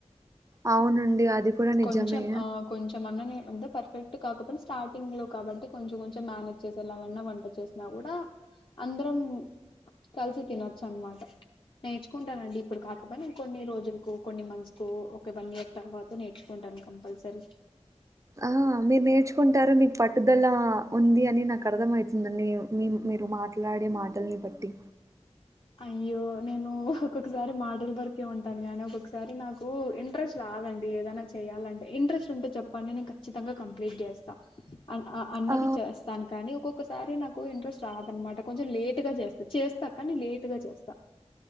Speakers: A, on the right (about 30°); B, on the left (about 45°).
A: అవునండి అది కూడా నిజమే
B: కొంచెం ఆ కొంచెం అన్న అంత పర్ఫెక్ట్ కాకాపోయిన స్టార్టింగ్లో కాబట్టి కొంచెం కొంచెం మేనేజ్ చేసేలాగన్న వంట చేసిన కూడా అందరం కలిసి తినచ్చనమాట నేర్చుకుంటానండి ఇప్పుడు కాకపోయిన కొన్ని రోజులకో కొన్ని మంత్స్ ఒక వన్ ఇయర్ తర్వా నేర్చుకుంటాను కంపల్సరీ
A: ఆ మీరు నేర్చుకుంటారు మీకు పట్టుదల ఉంది అని నాకర్థమైతుందండి మీ మీరు మాట్లాడే మాటల్ని బట్టి
B: అయ్యో నేను ఒక్కొక్కసారి మాటల బర్ కే ఉంటాను గానీ ఒకొక్కసారి నాకు ఇంట్రెస్ట్ రాదండి ఏదైనా చెయ్యాలంటే ఇంట్రెస్ట్ ఉంటే చెప్పండి నేను ఖచ్చితంగా కంప్లీట్ చేస్తా అన్ అ అన్నది
A: ఆ
B: చేస్తాను కానీ ఒక్కొక్కసారి నా క్కువ ఇంట్రెస్ట్ రాదనమాట కొంచెం లేట్ గా చేస్తా చేస్తా కాని లేటుగా చేస్తా